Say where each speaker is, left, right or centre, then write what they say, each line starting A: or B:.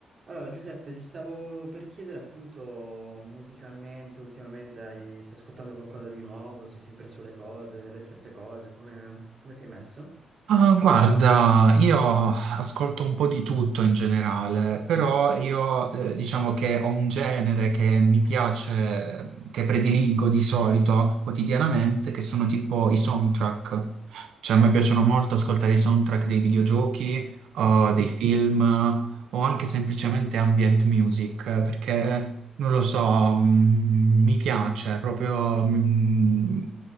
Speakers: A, on the right (about 35°); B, on the right (about 80°).
A: Allora, Giuseppe, ti stavo per chiedere appunto musicalmente, ultimamente hai- stai ascoltando qualcosa di nuovo, sei sempre sulle cose, le stesse cose, come, come sei messo?
B: Ah, guarda, io ascolto un po' di tutto in generale, però io eh, diciamo che ho un genere che mi piace, che prediligo di solito quotidianamente, che sono tipo i soundtrack. Cioè, a me piacciono molto ascoltare i soundtrack dei videogiochi, o
A: Mm.
B: dei film, o anche semplicemente ambient music, perché non lo so, mm, mi piace proprio, mm,